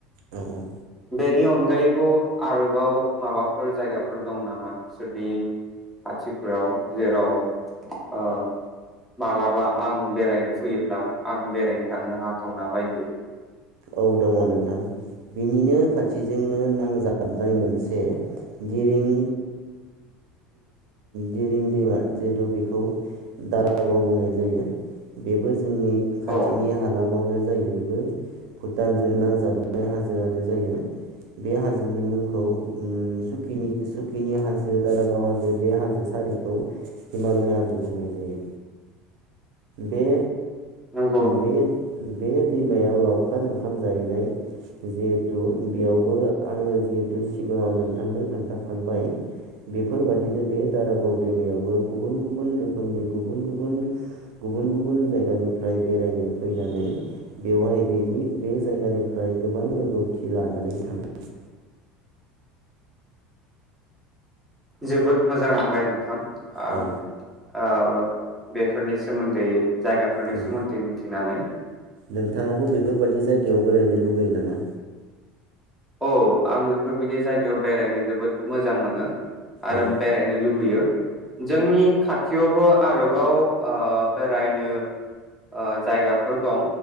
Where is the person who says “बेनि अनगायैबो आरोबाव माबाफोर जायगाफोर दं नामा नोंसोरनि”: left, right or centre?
Centre